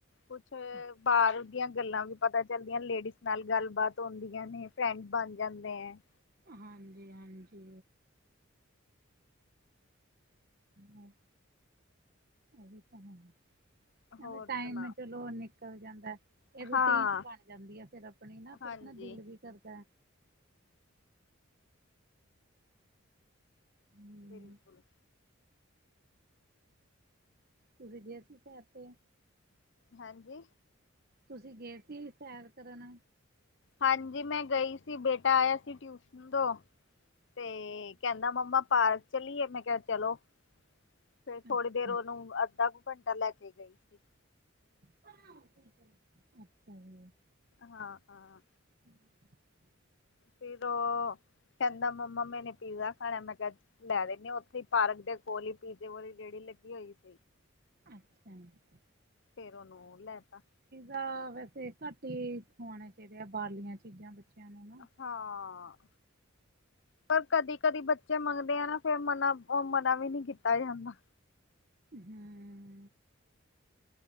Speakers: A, on the left; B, on the right.
A: ਕੁਛ
B: <inaudible>
A: ਬਾਰ ਦੀਆਂ ਗੱਲਾਂ ਵੀ ਪਤਾ ਚੱਲਦੀਆਂ, ਲੇਡੀਜ਼ ਨਾਲ ਗੱਲਬਾਤ ਹੋਂਦੀਆਂ ਨੇ ਫਰੈਂਡਜ਼ ਬਣ ਜਾਂਦੇ ਐਂ ਬ
B: ਹਾਂਜੀ-ਹਾਂਜੀ। ਹੂੰ, ਐਵੀ ਤਾਂ ਹੈ।
A: ਹੋਰ
B: ਐਵੇ ਟਾਈਮ
A: ਸੁਣਾ
B: ਏ ਚਲੋ ਨਿਕਲ ਜਾਂਦਾ। ਏ ਰੋਟੀਨ
A: ਹਾਂ
B: ਜੀ ਬਣ ਜਾਂਦੀ ਆ ਫੇਰ ਅਪਨੀ ਨਾ
A: ਹਾਂਜੀ
B: ਫੇਰ ਅਪਨਾ ਦਿਲ ਵੀ ਕਰਦੈ। ਹਮ
A: ਬਿਲਕੁਲ।
B: ਤੁਸੀਂ ਗਏ ਸੀ ਸੈਰ ਤੇ?
A: ਹਾਂਜੀ
B: ਤੁਸੀ ਗਏ ਸੀ ਸੈਰ ਕਰਨ?
A: ਹਾਂਜੀ ਮੈਂ ਗਈ ਸੀ, ਬੇਟਾ ਆਯਾ ਸੀ ਟਿਊਸ਼ਨ ਤੋਂ। ਤੇ ਕੈਂਦਾ ਮੰਮਾ ਪਾਰਕ ਚੱਲੀਏ, ਮੈਂ ਕੇਆ ਚਲੋ। ਫੇਰ ਥੋੜੀ
B: ਅੱਛਾ
A: ਦੇਰ ਓਨੂੰ ਅੱਧਾ ਕੁ ਘੰਟਾ ਲੈਕੇ ਗਈ ਸੀ।
B: <unintelligible> ਅੱਛਾ ਜੀ।
A: ਹਾਂ-ਹਾਂ।
B: <inaudible>
A: ਫਿਰ ਓ ਕੈਂਦਾ ਮੰਮਾ ਮੈਂਨੇ ਪੀਜ਼ਾ ਖਾਣਾ, ਮੈਂ ਕੇਆ ਲੈ ਦੇਨੀ ਆਂ, ਓਥੇ ਈ ਪਾਰਕ ਦੇ ਕੋਲ ਹੀ ਪੀਜ਼ੇ ਵਾਲੀ ਰੇੜੀ ਲੱਗੀ ਹੋਈ ਸੀ।
B: ਅੱਛਾ, <unintelligible>
A: ਫੇਰ ਉਹਨੂੰ ਲੈਤਾ
B: ਤਾਂ ਵੈਸੇ ਘੱਟ ਹੀ ਖਵਾਣੇ ਚਾਈਂਦੇ ਆ ਬਾਹਰਲੀਆਂ ਚੀਜ਼ਾਂ ਬੱਚੇਆਂ ਨੂੰ ਨਾ। <inaudible>
A: ਹਾਂ ਪਰ ਕਦੀ-ਕਦੀ ਬੱਚੇ ਮੰਗਦੇ ਆ ਨਾ ਫੇਰ ਮਨਾ, ਓ ਮਨਾ ਵੀ ਕੀਤਾ ਜਾਂਦਾ।
B: ਹੂੰ।